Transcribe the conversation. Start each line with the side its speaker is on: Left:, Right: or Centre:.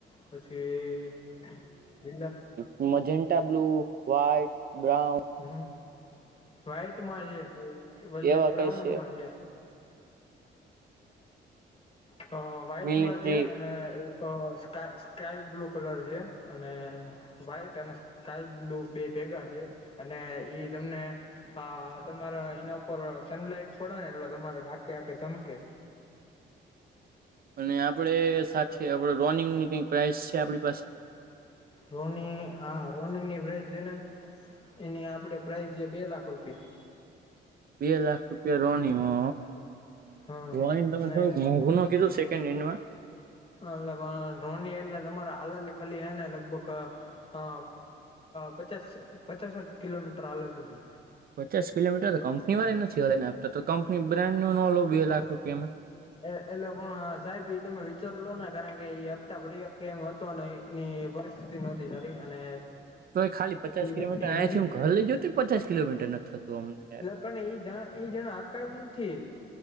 Left: પછી એલા.
Right: મજન્ટા બ્લુ વ્ઈટ બ્રાઉન
Left: હમ્મ વાઈટમાં છે પછી
Right: એવા
Left: એક બ્રાઉનમાં.
Right: કઈ છે
Left: <unintelligible> અ વ્હાઈટમાં
Right: મિલિટરી
Left: છે અને એક સ્ સ્કાય બ્લુ કલર છે અને વ્હાઈટ અને કાયલું બે ભેગા છે અને ઈ તમને હા તમારા એના ઉપર સનલાઈટ પડે ને એટલે તમારે લાકે આખે ચમકે.
Right: અને આપડ સાથે આપડ રોનિંગની કઈક પ્રાઇસ છે આપણી પાસે.
Left: રોની હા રોનીની પ્રઇસ છે ને એની આપડે પ્રાઇસ છે બે લાખ રૂપિયા.
Right: બે લાખ રૂપિયા રની હો.
Left: હા
Right: ડ્રોઈંગ તમે
Left: અને
Right: થડું મોંઘું ન કીધું સેન્ડ હેન્ડમાં.
Left: એટ પણ રોની એટલે તમારે હાલલ ખાલી હે ને લગભગ. હ પચાસ પચાસ કિલોમીટર હાલેલું છે.
Right: પચાસ કિલોમીટર તો કંપની વાળાય નથી હલાઇ ને આપતા તો કંપની બ્રન્ડનો લઉ બે લાખ રૂપિયામાં.
Left: એટલે પણ સાહેબ એ તમે વિચાર લો ને કારણ કે એ હપ્તા ભરી. કેમ હતો એની પરિસ્થિતિ નહોતી સારી અને.
Right: તો એ ખાલી પચાસ કિલોમીટર
Left: વ્યક્તિ
Right: અહીંયાથી
Left: વે એટલે.
Right: હું ઘર લઈ જતો પચાસ કિલોમીટર નથી થતું અમને યાર
Left: પણ એઈ જણ એઈ જણા હકાય નથી.